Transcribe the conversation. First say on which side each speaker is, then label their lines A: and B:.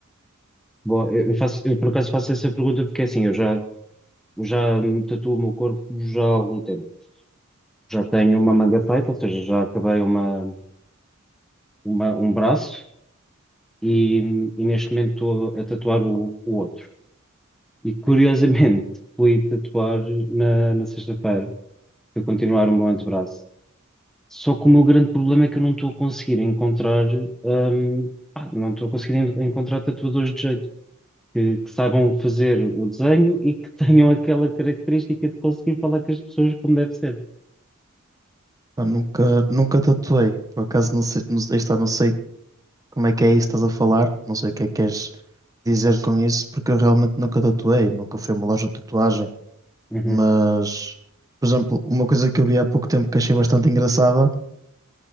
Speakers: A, in the centre; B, on the right.
A: Boa. Eu, eu faço, eu por acaso faço essa pergunta porque assim, eu já, já me tatuo o meu corpo já há algum tempo. Já tenho uma manga feita, ou seja, já acabei uma, uma- um braço e, e neste momento estou a tatuar o, o outro. E curiosamente <laughs> fui tatuar na, na sexta-feira para continuar o meu antebraço. Só que o meu grande problema é que eu não estou a conseguir encontrar, hum, ah, não estou a conseguir en- encontrar tatuadores de jeito. Que, que saibam fazer o desenho e que <laughs> tenham aquela característica de conseguir falar com as pessoas como deve ser.
B: Pá, nunca, nunca tatuei, por acaso não sei, não, aí está, não sei como é que é isso que estás a falar, não sei o que é que queres dizer com isso, porque eu realmente nunca tatuei, nunca fui a uma loja de tatuagem,
A: Uhum.
B: mas, por exemplo, uma coisa que eu vi há pouco tempo que achei bastante engraçada